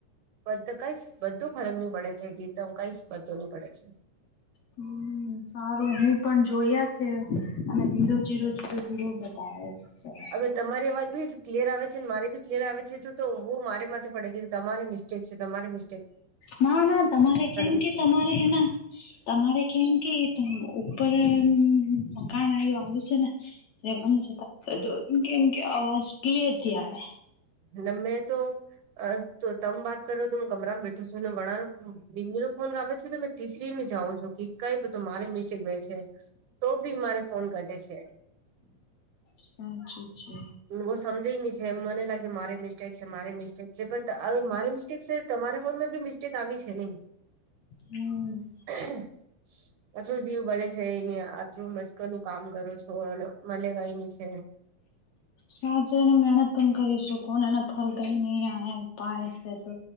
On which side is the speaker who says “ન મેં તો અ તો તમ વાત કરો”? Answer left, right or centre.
Right